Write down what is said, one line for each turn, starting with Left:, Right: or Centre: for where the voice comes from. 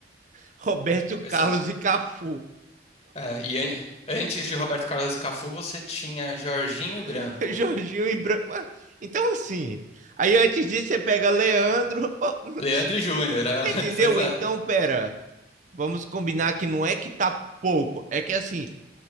Right: <laughs> Roberto
Left: Pois
Right: Carlos
Left: é.
Right: e Cafu.
Left: É, e an- antes de Roberto Carlos e Cafu, você tinha Jorginho e Branco.
Right: <laughs> Jorginho e Branco. Então, assim. Aí antes disso, você pega Leandro. <laughs>
Left: Leandro e Júnior, né? <laughs>
Right: Entendeu?
Left: Pois é.
Right: Então, pera. Vamos combinar que não é que tá pouco. É que assim,